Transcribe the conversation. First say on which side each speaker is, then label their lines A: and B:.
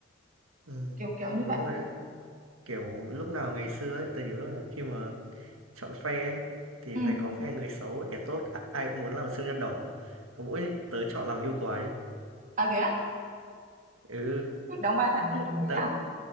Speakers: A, on the right; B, on the right.
A: ừ,
B: kiểu kiểu như
A: đúng
B: vậy
A: rồi đấy. Kiểu lúc nào ngày xưa ấy, tớ nhớ là khi mà chọn phe ấy, thì
B: ừ
A: phải có phe người xấu, kẻ tốt, ai cũng muốn làm siêu nhân đỏ. Còn Mỗi tớ chọn làm yêu quái. ấy.
B: à thế á
A: Ừ,
B: thích đóng vai phản diện từ bé
A: tớ
B: à